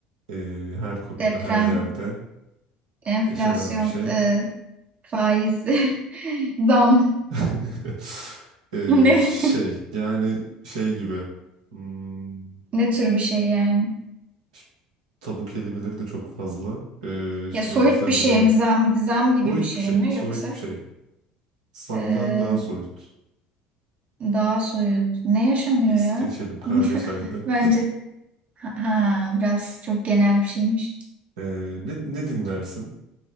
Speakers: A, on the right (about 80°); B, on the right (about 40°).
A: Ee, her konuda,
B: deprem,
A: her yerde
B: enflasyon,
A: yaşanan bir şey.
B: e, faiz, <laughs> zam. <laughs>
A: <laughs> Ee,
B: Ne?
A: şey, yani şey gibi. Hmm,
B: Ne tür bir şey yani?
A: işte tabu kelimeleri de çok fazla. Ee,
B: Ya
A: şimdi
B: soyut
A: ne desem
B: bir şey
A: bilemedim.
B: mi, zam, zam gibi
A: Soyut
B: bir şey
A: bir şey,
B: mi
A: soyut
B: yoksa
A: bir şey. Sam'dan
B: e,
A: daha soyut.
B: daha soyut? Ne yaşanıyor
A: Neyse
B: ya?
A: geçelim, kargaşaydı.
B: <laughs> Bence ha, ha, biraz çok genel bir şeymiş.
A: Ee, ne, ne dinlersin?